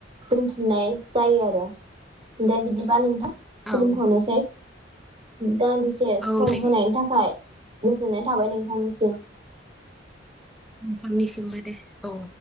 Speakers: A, on the right; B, in the centre.
A: दोनथुमनाय जायो आरो दा बिदिबा नोंथां
B: औ
A: दोनथ'नोसै दान्दिसे
B: औ
A: सम
B: दे
A: होनायनि थाखाय गोजोननाय थाबाय नोंथांनिसिम
B: नोंथांनिसिमबो दे औ